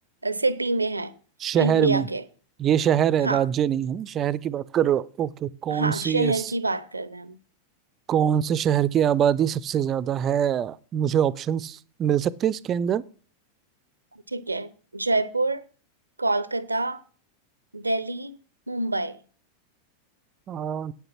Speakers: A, on the right (about 75°); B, on the right (about 30°).
A: सिटी में है
B: शहर
A: इंडिया
B: में
A: के
B: ये शहर है
A: हाँ
B: राज्य नहीं है शहर की बात कर रहे हो ओके कौन
A: हाँ
B: सी
A: शहर
B: इस
A: की बात कर रहे हैं हम
B: कौन से शहर की आबादी सबसे ज्यादा है मुझे ऑप्शंस मिल सकते हैं इसके अंदर
A: ठीक है जयपुर कोलकाता दिल्ली मुंबई
B: आ,